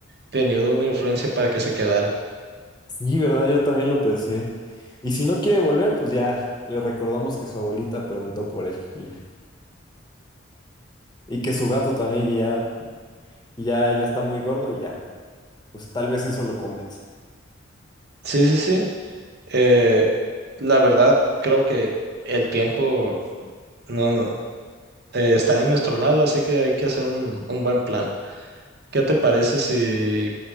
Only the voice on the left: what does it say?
sí, ¿verdad? Yo también lo pensé. Y si no quiere volver, pues ya le recordamos que su abuelita preguntó por él y ya. Y que su gato también, que ya, ya, ya está muy gordo y ya. Pues tal vez eso lo convenza.